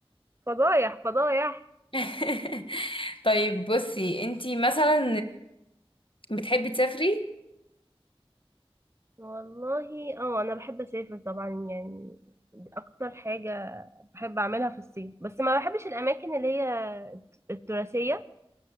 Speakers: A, on the right (about 25°); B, on the left (about 60°).
A: فضايح فضايح
B: <laughs> طيب بصي انت مثلا بتحبي تسافري
A: والله اه أنا بحب أسافر طبعا يعني دي أكتر حاجة بحب أعملها في الصيف بس ما بحبش الأماكن اللي هي التراثية